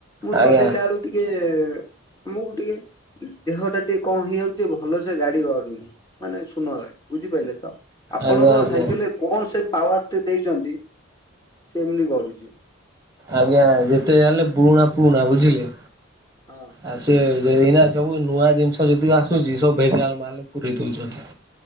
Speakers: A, on the left; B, on the right.
A: ମୁଁ
B: ଆଜ୍ଞା
A: ଚଲେଇଲା ବେଳକୁ ଟିକେ ଆମକୁ ଟିକେ ଦେହ ଟା ଟିକେ କଣ ହେଇଯାଉଛି ଯେ ଭଲସେ ଗାଡ଼ି ଗଡ଼ୁନି। ମାନେ ସୁନ ଗାଡି ବୁଝିପାରିଲେ ତ ଆପଣଙ୍କ
B: ଆଜ୍ଞା ଆଜ୍ଞା।
A: ସାଇକେଲ ରେ କଣ ସେ ପାୱାର ଟି ଦେଇଛନ୍ତି ସେମିତି ଗଢୁଛି।
B: ଆଜ୍ଞା ଯେତେ ଯାହେଲେ ପୁରୁଣା ପୁରୁଣା ବୁଝିଲେ।
A: ହଁ।
B: ଆଉ ସେ ଏଇନା ସବୁ ନୂଆ ଜିନିଷ ଯେତିକି ଆସୁଛି ସବୁ ଭେଜାଲ୍ ମାଲ୍ ପୁରେଇ ଦଉଛନ୍ତି।